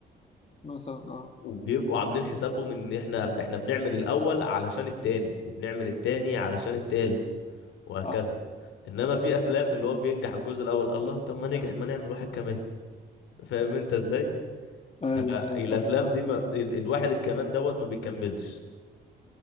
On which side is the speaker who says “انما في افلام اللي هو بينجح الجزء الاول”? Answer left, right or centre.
Left